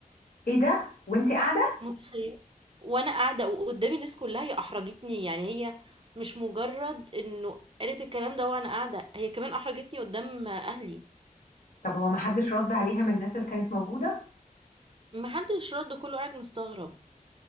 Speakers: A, on the left (about 75°); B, on the right (about 40°).
A: ايه ده وانتي قاعده
B: متخيل وانا قاعده وقدامي الناس كلها هي احرجتني يعني هي مش مجرد انه قالت الكلام ده وانا قاعده هي كمان احرجتني قدام اهلي
A: طب هو ما حدش رد عليها من الناس اللي كانت موجودة
B: محدش رد كله قاعد مستغرب